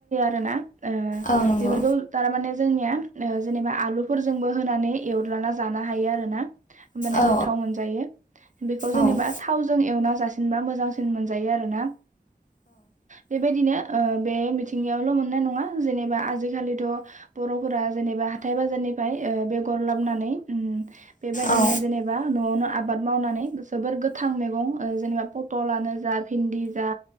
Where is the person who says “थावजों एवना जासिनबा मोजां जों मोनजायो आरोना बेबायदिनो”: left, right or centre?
Right